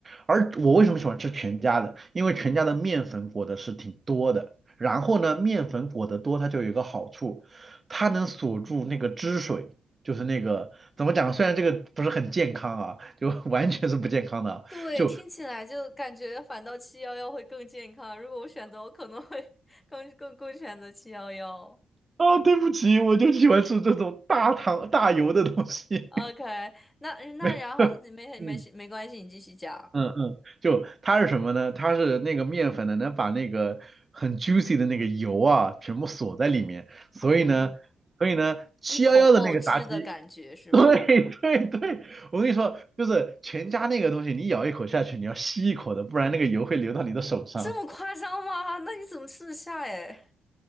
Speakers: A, on the right (about 35°); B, on the left (about 20°).
A: 而我为什么喜欢吃全家的？因为全家的面粉裹的是挺多的，然后呢，面粉裹得多，它就有一个好处，它能锁住那个汁水。就是那个怎么讲？虽然这个不是很健康啊，就 <laughs> 完全是不健康的啊，
B: 对，
A: 就
B: 听起来就感觉反倒七幺幺会更健康。如果我选择，我可能会 <laughs> 更更更选择七幺幺。
A: 啊，对不起，我就喜欢吃这种大糖大油的东西。
B: OK，
A: <laughs>
B: 那那然后你没没事没关系，
A: 没，嗯
B: 你继续讲。
A: 嗯嗯，就它是什么呢？它是那个面粉呢，能把那个很 juicy 的那个油啊，全部锁在里面，所以呢，
B: 哦，
A: 所以呢，七幺幺的那个炸鸡，
B: 一口爆汁的感觉是吗？
A: <laughs> 对对对，我跟你说，就是全家那个东西，你咬一口下去，你要吸一口的，不然那个油会流到你的手上。
B: 这么夸张吗？那你怎么吃得下哎？